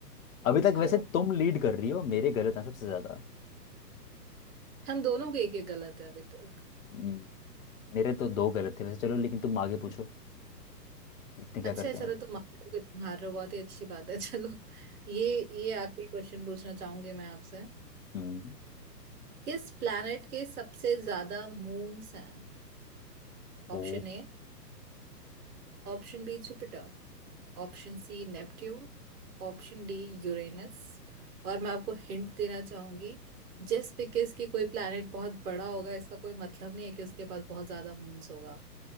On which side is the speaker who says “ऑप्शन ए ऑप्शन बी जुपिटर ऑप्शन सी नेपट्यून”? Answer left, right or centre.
Right